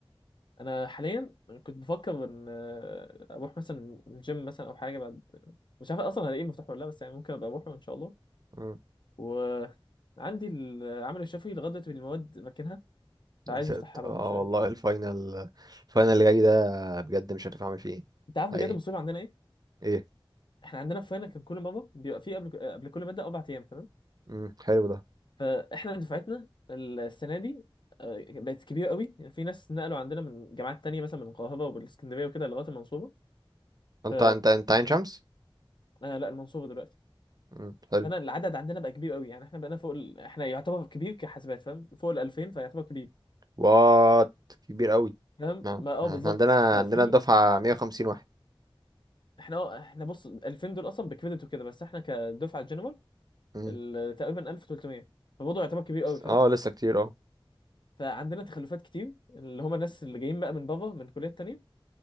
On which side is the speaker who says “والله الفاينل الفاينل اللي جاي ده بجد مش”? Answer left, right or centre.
Right